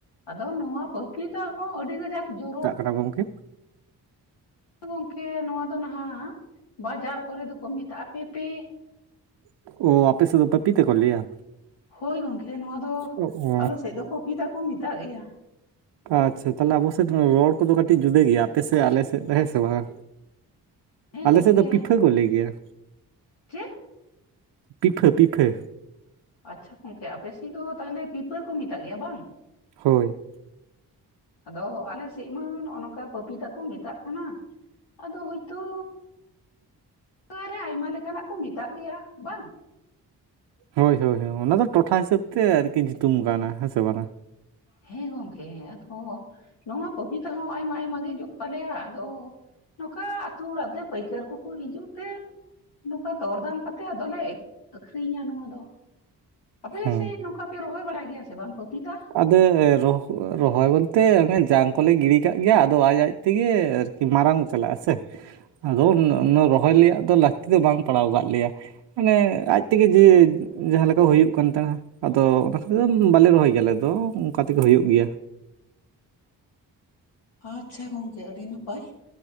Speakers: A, on the left (about 80°); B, on the right (about 80°).
A: ᱟᱫᱚ ᱱᱚᱣᱟ ᱯᱟᱠᱷᱤ ᱫᱚ ᱦᱚᱸᱚᱸ ᱟᱹᱰᱤ ᱠᱟᱡᱟᱠ ᱡᱚᱨᱚᱜ
B: ᱟᱫᱚ ᱜᱚᱢᱠᱮ
A: ᱜᱚᱝᱠᱮ ᱱᱚᱣᱟ ᱫᱚ ᱱᱟᱦᱟᱜ ᱵᱟᱡᱟᱨ ᱠᱚᱨᱮ ᱫᱚᱠᱚ ᱢᱮᱛᱟᱜᱼᱟ ᱯᱮᱯᱮ᱾
B: <inaudible> ᱚ ᱟᱯᱮ ᱥᱮᱫ ᱫᱚ ᱯᱟᱯᱤᱛᱟ ᱠᱚ ᱞᱟᱹᱭᱟ?
A: ᱦᱳᱭ ᱜᱚᱢᱠᱮ ᱱᱚᱣᱟ ᱫᱚ
B: ᱚ ᱚ
A: ᱟᱞᱮ ᱥᱮᱫ ᱫᱚ ᱯᱟᱯᱤᱛᱟ ᱠᱚ ᱢᱮᱛᱟᱜ ᱜᱮᱭᱟ᱾
B: ᱟᱪᱪᱷᱟ ᱛᱟᱦᱚᱞᱮ ᱟᱵᱚ ᱥᱮᱫ ᱫᱚ ᱨᱚᱲ ᱠᱚᱫᱚ ᱠᱟᱹᱴᱤᱡ ᱡᱩᱫᱟᱹ ᱜᱮᱭᱟ ᱟᱯᱮᱥᱮᱫ ᱟᱞᱮ ᱥᱮᱫ ᱫᱚ ᱦᱮᱸ ᱥᱮ ᱵᱟᱝᱟ᱾
A: ᱦᱮᱸ
B: ᱟᱞᱮ
A: ᱜᱚᱝᱠᱮ
B: ᱥᱮᱫ ᱫᱚ ᱯᱤᱯᱷᱟᱹ ᱠᱚ ᱞᱟᱹᱭ ᱜᱮᱭᱟ᱾
A: ᱪᱮᱫ?
B: ᱯᱤᱯᱷᱟᱹ ᱯᱤᱯᱷᱟᱹ᱾
A: ᱟᱪᱪᱷᱟ ᱜᱚᱝᱠᱮ ᱟᱯᱮᱥᱮᱫ ᱫᱚ ᱛᱟᱦᱚᱞᱮ ᱯᱤᱯᱟᱹ ᱠᱚ ᱢᱮᱛᱟᱜ ᱜᱮᱭᱟ ᱵᱟᱝ?
B: ᱦᱳᱭ᱾
A: ᱟᱫᱚ ᱟᱞᱮ ᱥᱮᱫ ᱢᱟ ᱱᱚᱜ-ᱚ ᱱᱚᱝᱠᱟ ᱯᱟᱯᱤ ᱛᱟᱠᱚ ᱢᱮᱛᱟᱜ ᱠᱟᱱᱟ᱾ ᱟᱫᱚ ᱦᱭᱛᱳ ᱨᱮ ᱟᱭᱢᱟ ᱞᱮᱠᱟᱱᱟᱜ ᱠᱚ ᱢᱮᱛᱟᱜ ᱜᱮᱭᱟ ᱵᱟᱝ?
B: ᱦᱳᱭ ᱦᱳᱭ ᱦᱳᱭ ᱚᱱᱟ ᱫᱚ ᱴᱚᱴᱷᱟ ᱦᱤᱥᱟᱹᱵ ᱛᱮ ᱟᱨᱠᱤ ᱧᱩᱛᱩᱢ ᱟᱠᱟᱱᱟ᱾ ᱦᱮᱸ ᱥᱮ ᱵᱟᱝᱟ?
A: ᱦᱮᱸ ᱜᱚᱢᱠᱮ ᱟᱫᱚ ᱱᱚᱣᱟ ᱯᱟᱯᱤᱛᱟ ᱦᱚᱸ ᱟᱭᱢᱟ ᱟᱭᱢᱟ ᱜᱮ ᱡᱚᱜ ᱛᱟᱞᱮᱭᱟ᱾ ᱟᱫᱚ ᱱᱚᱠᱟ ᱟᱛᱩ ᱚᱲᱟᱜ ᱛᱮ ᱯᱟᱹᱭᱠᱟᱹᱨ ᱠᱚᱠᱚ ᱦᱤᱡᱩᱜ ᱛᱮ ᱱᱚᱝᱠᱟ ᱫᱚᱨᱫᱟᱢ ᱠᱟᱛᱮᱫ ᱟᱫᱚᱞᱮ ᱟᱠᱷᱨᱤᱧᱟ ᱱᱚᱣᱟ ᱫᱚ᱾ ᱟᱯᱮᱥᱮᱫ
B: ᱦᱮᱸ
A: ᱱᱚᱝᱠᱟ ᱯᱮ ᱨᱚᱦᱚᱭ ᱵᱟᱲᱟᱭ ᱜᱮᱭᱟ ᱥᱮ ᱵᱟᱝ ᱯᱟᱯᱤᱛᱟ?
B: ᱟᱫᱚ ᱮ ᱨᱚᱦ ᱨᱚᱦᱚᱭ ᱵᱚᱞᱛᱮ ᱚᱱᱮ ᱡᱟᱝ ᱠᱚᱞᱮ ᱜᱤᱲᱤ ᱠᱟᱜ ᱜᱮᱭᱟ᱾ ᱟᱫᱚ ᱟᱡ ᱟᱡ ᱛᱮᱜᱮ ᱟᱨᱠᱤ ᱢᱟᱨᱟᱝ ᱪᱟᱞᱟᱜᱼᱟ ᱥᱮ? ᱟᱫᱚ ᱚᱱᱱᱟ ᱚᱱᱱᱟ ᱨᱚᱦᱚᱭ ᱞᱮᱭᱟᱜ ᱫᱚ ᱞᱟᱹᱠᱛᱤ ᱫᱚ ᱵᱟᱝ ᱯᱟᱲᱟᱣ ᱠᱟᱫ ᱞᱮᱭᱟ᱾ ᱢᱟᱱᱮ ᱟᱡ ᱛᱮᱜᱮ ᱡᱮ ᱡᱟᱦᱟᱸ ᱞᱮᱠᱟ ᱦᱩᱭᱩᱜ ᱠᱟᱱ ᱛᱟ᱾ ᱟᱫᱚ ᱚᱱᱟ ᱠᱷᱟᱹᱛᱤᱨ ᱫᱚ ᱵᱟᱞᱮ ᱨᱚᱦᱚᱭ ᱜᱮᱭᱟ ᱟᱞᱮ ᱫᱚ, ᱚᱱᱠᱟ ᱛᱮᱜᱮ ᱦᱩᱭᱩᱜ ᱜᱮᱭᱟ᱾
A: ᱟᱪᱪᱷᱟ ᱜᱚᱝᱠᱮ ᱟᱹᱰᱤ ᱱᱟᱯᱟᱭ᱾